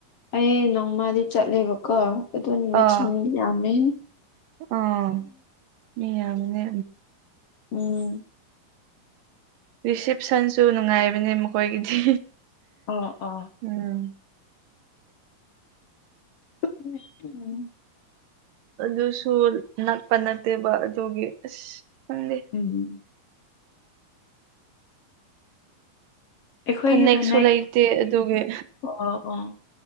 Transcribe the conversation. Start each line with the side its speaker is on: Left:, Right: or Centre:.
Left: ꯑꯩ ꯅꯣꯡꯃꯗꯤ ꯆꯠꯂꯦꯕꯀꯣ ꯑꯗꯨ ꯅꯨꯃꯤꯠꯁꯤ
Right: ꯑꯥ
Left: ꯃꯤ ꯌꯥꯝꯃꯦꯍꯦ
Right: ꯑꯥ ꯃꯤ ꯌꯥꯝ ꯕꯥꯅꯦ
Left: ꯎꯝ
Right: ꯔꯤꯁꯞꯁꯟꯁꯨ ꯅꯨꯡꯉꯥꯏꯕꯅꯦ ꯃꯈꯣꯏꯒꯤꯗꯤ
Left: ꯑꯣ ꯑꯣ
Right: ꯎꯝ
Left: ꯎ
Right: ꯑꯗꯨꯁꯨ ꯅꯛꯄ ꯅꯠꯇꯦꯕ ꯑꯗꯨꯒꯤ ꯑꯁ ꯈꯪꯗꯦ
Left: ꯎꯝ ꯑꯩꯈꯣꯏꯒꯤ
Right: ꯐꯅꯦꯛꯁꯨ
Left: ꯐꯅꯦꯛ
Right: ꯂꯩꯇꯦ ꯑꯗꯨꯒꯤ
Left: ꯑꯣ ꯑꯣ